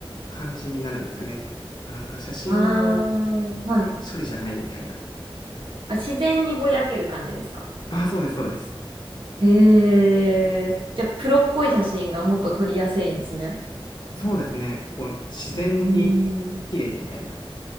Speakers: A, on the left; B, on the right.
A: 感じになるんですよね。あ、なんか写真の
B: ああ、はい。
A: 処理じゃないみたいな。
B: あ、自然にぼやける感じですか。
A: あ、そうです、そうです。
B: へえ。じゃあ、プロっぽい写真がもっと撮りやすいんですね。
A: そうですね。こう、自然に綺麗みたいな。
B: うーん。